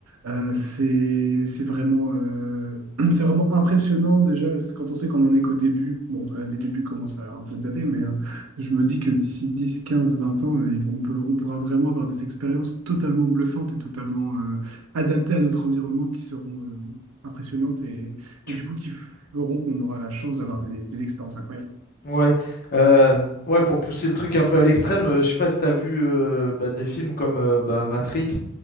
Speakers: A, on the right (about 85°); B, on the left (about 45°).
A: euh, c'est c'est vraiment, euh, <clears throat> c'est vraiment impressionnant déjà quand on sait qu'on en est qu'au début. Bon, euh, les débuts commencent à un peu dater, mais. euh, je me dis que d'ici 10, 15, 20 ans, euh, ils vont- on peut, on pourra vraiment avoir des expériences totalement bluffantes et totalement euh, adaptées à notre environnement qui seront euh, impressionnantes et,
B: Tu-
A: et du coup qui feront qu'on aura la chance d'avoir des, des expériences incroyables.
B: Ouais, euh, ouais, pour pousser le truc un peu à l'extrême, euh, je sais pas si t'as vu euh, bah, des films comme euh, bah, Matrix